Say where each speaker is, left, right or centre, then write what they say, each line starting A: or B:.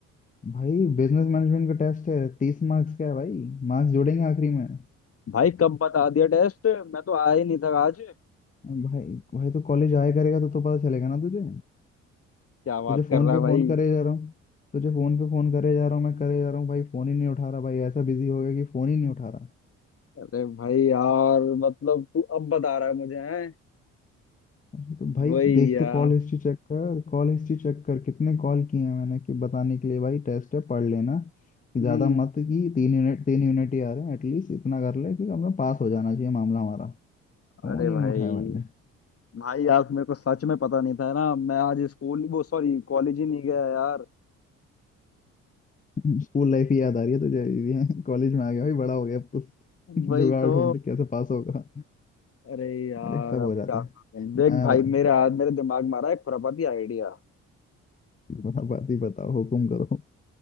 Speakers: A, on the left; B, on the left.
A: भाई बिजनेस मैनेजमेंट का टेस्ट है तीस मार्क्स का है भाई मार्क्स जोड़ेंगे आखिरी में
B: भाई कब बता दिया टेस्ट मैं तो आया ही नहीं था आज
A: भाई भाई तो कॉलेज आया करेगा तो तो पता चलेगा ना तुझे
B: क्या बात
A: तुझे फोन
B: कर रहा
A: पे
B: है भाई
A: फोन करे जा रहा हूँ तुझे फोन पे फोन करे जा रहा हूँ मैं करे जा रहा हूँ भाई फोन ही नहीं उठा रहा भाई ऐसा बिजी हो गया कि फोन ही नहीं उठा रहा
B: अरे भाई यार मतलब तू अब बता रहा है मुझे हैं
A: अरे तो भाई
B: वही
A: देख
B: यार
A: तो कॉल हिस्ट्री चेक कर कॉल हिस्ट्री चेक कर कितने कॉल किए हैं मैंने कि बताने के लिए भाई टेस्ट है पढ़ लेना कि
B: हम्म
A: ज्यादा मत कि तीन यूनिट तीन यूनिट ही आ रहे हैं एटलीस्ट इतना कर ले कि अपना पास हो जाना चाहिए मामला हमारा फोन
B: अरे
A: ही
B: भाई
A: नहीं उठाया भाई ने
B: भाई यार मेरे को सच में पता नहीं था ना मैं आज स्कूल वो सॉरी कॉलेज ही नहीं गया यार
A: <laughs> स्कूल लाइफ ही याद आ रही है तुझे ये <laughs> कॉलेज में आ गया भाई बड़ा हो गया अब तो <laughs>
B: वही
A: जुगाड़
B: तो
A: ढूंढ के कैसे पास होगा
B: अरे यार
A: अरे सब हो
B: अब क्या
A: जाता है
B: करूं? देख भाई
A: मैं
B: मेरे आज मेरे दिमाग में आ रहा है एक खुरापाती आइडिया
A: बात बात ही बताओ हुकुम करो